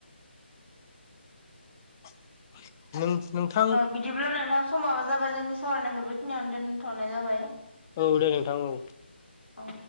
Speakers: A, on the left; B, on the left.
A: <inaudible> नोंथां
B: बिदिब्ला नोंथां समाबो जाबाय जोंनि सावरायनायखौ बेखिनियावनो दोनथ'नाय जाबाय
A: औ दे नोंथां औ
B: औ।